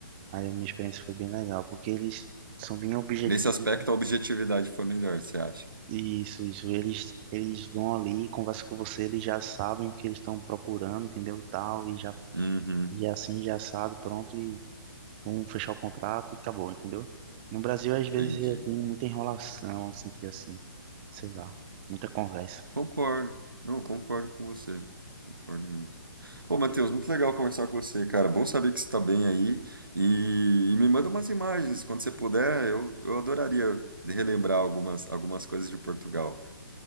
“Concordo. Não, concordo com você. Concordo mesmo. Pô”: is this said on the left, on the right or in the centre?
Right